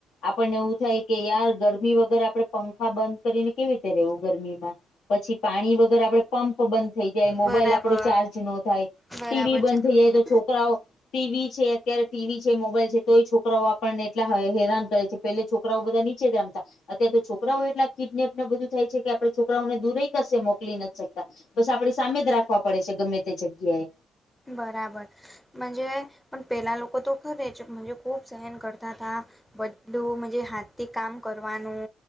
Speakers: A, on the left (about 70°); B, in the centre.
A: આપણને એવું થાય. કે યાર ગરમી વગર આપડે પંખા બંધ કરીને કેવી રીતે રહેવું ગરમીમાં પછી પાણી વગર આપડે પંપ બંધ થઈ જાય મોબાઈલ
B: બરાબર
A: આપડો ચાર્જ નો થાય
B: બરાબર
A: ટીવી બંધ
B: છે તમારી
A: થઈ જાય
B: વાત
A: તો છોકરાઓ ટીવી છે. અત્યારે ટીવી છે, મોબાઈલ છે તોય છોકરાઓ આપણને એટલા હેરાન કરે છે. પેલે છોકરાઓ બધા નીચે જ રમતા અત્યારે તો છોકરાઓ એટલા કિડનેપને બધું થાય છે કે આપડે છોકરાઓને દૂરએ કશે મોકલી નથી શકતા. બસ આપડી સામે જ રાખવા પડે છે ગમે તે જગ્યાએ.
B: બરાબર મજે પણ પેલા લોકો તો ઘરે જ ખૂબ સહન કરતા હતા. બધુ મજે હાથથી કામ કરવાનું.